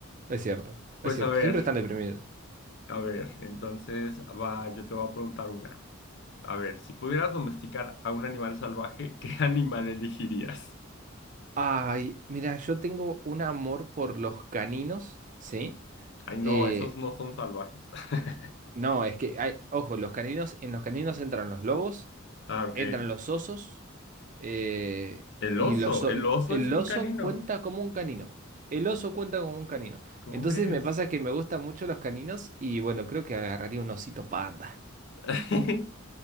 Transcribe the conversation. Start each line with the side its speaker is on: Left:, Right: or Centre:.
Right: es cierto,
Left: Pues
Right: es cierto.
Left: a ver,
Right: Siempre están deprimidos.
Left: a ver, entonces va, yo te voy a preguntar una. A ver, si pudieras domesticar a un animal salvaje, ¿qué <laughs> animal elegirías?
Right: Ay, mira, yo tengo un amor por los caninos, ¿sí?
Left: Ay, no,
Right: Eh,
Left: esos no son salvajes. <laughs>
Right: no, es que, hay, ojo, los caninos, en los caninos entran los lobos,
Left: Ah, ok.
Right: entran los osos, eh,
Left: El
Right: y
Left: oso,
Right: los, o-
Left: el oso
Right: el
Left: es un
Right: oso
Left: canino.
Right: cuenta como un canino. El oso cuenta como un canino.
Left: ¿Cómo
Right: Entonces
Left: crees?
Right: me pasa que me gustan mucho los caninos y bueno, creo que agarraría un osito panda.
Left: <laughs>